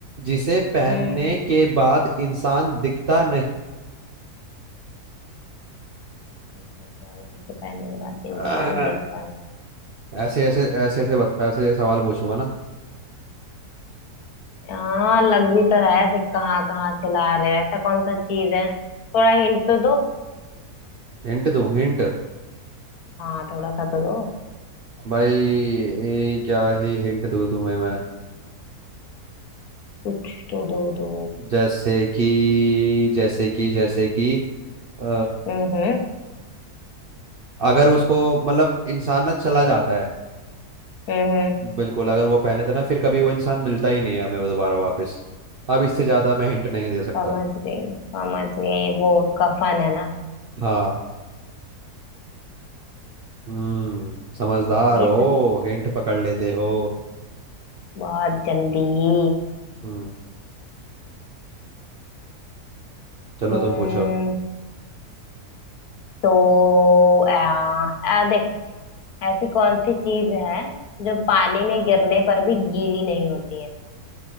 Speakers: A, on the right (about 50°); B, on the left (about 70°).
A: जिसे पहनने
B: हम्म
A: के बाद इंसान दिखता
B: ऐसा क्या है जिसे पहनने के बाद
A: नहीं
B: इंसान दिखता नहीं
A: ऐसे ऐसे ऐसे ऐसे बत, ऐसे सवाल पूछूंगा ना
B: हाँ लग भी तो रहा है ऐसे कहाँ कहाँ से ला रहे हैं ऐसा कौन सा चीज है थोड़ा हिंट तो दो
A: हिंट दूं हिंट
B: हाँ थोड़ा सा तो दो
A: भाई ये क्या ही हिंट दूं तुम्हें मैं
B: कुछ तो दो दो
A: जैसे कि जैसे कि जैसे कि अ,
B: हम्म हम्म
A: अगर उसको मतलब इंसान ना चला जाता है
B: हम्म, हम्म।
A: बिल्कुल अगर वो पहने तो ना फिर कभी वो इंसान मिलता ही नहीं है हमें वो दोबारा वापस अब इससे ज्यादा मैं हिंट नहीं दे सकता
B: समझ गई समझ गई वो कफन है ना
A: हाँ हम्म समझदार
B: ये
A: हो
B: तो
A: हिंट पकड़ लेते हो
B: बहुत जल्दी ही
A: हम्म चलो
B: हम्म
A: तुम पूछो
B: तो आ, आ, देख ऐसी कौन सी चीज है जो पानी में गिरने पर भी गीली नहीं होती है